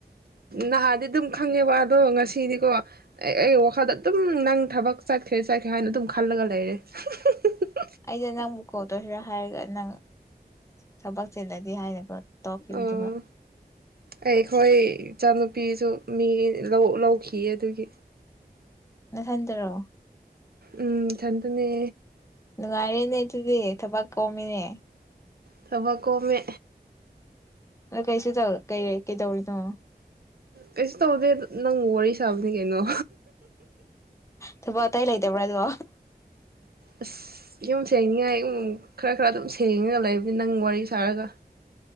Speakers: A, on the right; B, on the left.
A: ꯅꯍꯥꯟꯗꯤ ꯑꯗꯨꯝ ꯈꯪꯉꯦꯕ ꯑꯗꯣ ꯉꯁꯤꯗꯤꯀꯣ ꯑꯦ ꯑꯩ ꯈꯗ ꯑꯗꯨꯝ ꯅꯪ ꯊꯕꯛ ꯆꯠꯈ꯭ꯔꯦ ꯆꯠꯈ꯭ꯔꯦ ꯍꯥꯏꯅ ꯑꯗꯨꯝ ꯈꯜꯂꯒ ꯂꯩꯔꯦ ꯍꯝ ꯍꯝ ꯑꯝ ꯑꯝ
B: ꯑꯩꯅ ꯅꯪꯕꯨ ꯀꯣꯜꯗꯧꯁꯤꯔꯥ ꯍꯥꯏꯔꯒ ꯅꯪ ꯊꯕꯛ ꯆꯤꯜꯂꯗꯤ ꯍꯥꯏꯅꯀꯣ ꯇꯧꯈꯤꯕꯅꯦꯕ
A: ꯑꯣ ꯑꯩꯈꯣꯏ ꯏꯆꯥꯅꯨꯄꯤꯁꯨ ꯃꯤ ꯂꯧ ꯂꯧꯈꯤ ꯑꯗꯨꯒꯤ
B: ꯅꯊꯟꯗꯔꯣ
A: ꯎꯝ ꯊꯟꯗꯅꯦ
B: ꯅꯨꯡꯉꯥꯏꯔꯦꯅꯦ ꯑꯗꯨꯗꯤ ꯊꯕꯛ ꯀꯣꯃꯤꯅꯦ
A: ꯊꯕꯛ ꯀꯣꯃꯦ
B: ꯅꯀꯩꯁꯨ ꯊꯧ ꯀꯩ ꯀꯩꯗꯧꯔꯤ ꯑ
A: ꯀꯩꯁ ꯇꯧꯗꯦꯗ ꯅꯪ ꯋꯥꯔꯤ ꯁꯥꯕꯅꯤ ꯀꯩꯅꯣ
B: ꯊꯕꯛ ꯑꯇꯧ ꯂꯩꯇꯕꯔꯥ ꯑꯗꯣ
A: ꯑꯁ ꯌꯨꯝ ꯁꯦꯡꯅꯤꯡꯉꯥꯏ ꯎꯝ ꯈꯔ ꯈꯔ ꯑꯗꯨꯝ ꯁꯦꯡꯉꯒ ꯂꯩꯕꯟ ꯅꯪ ꯋꯥꯔꯤ ꯁꯥꯔꯒ